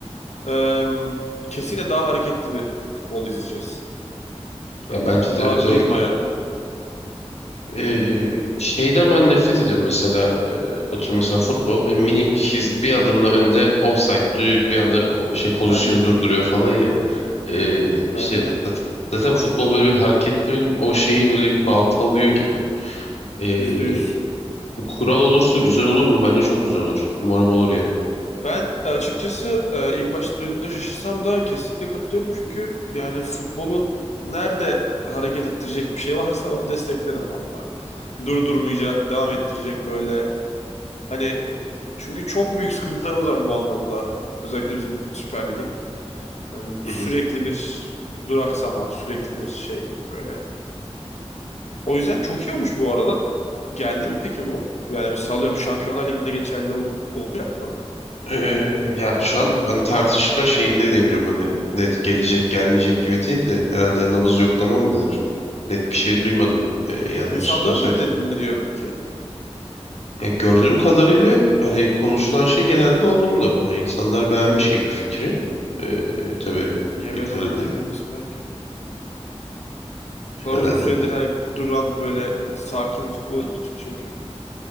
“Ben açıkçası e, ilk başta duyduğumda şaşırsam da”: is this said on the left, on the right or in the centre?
Left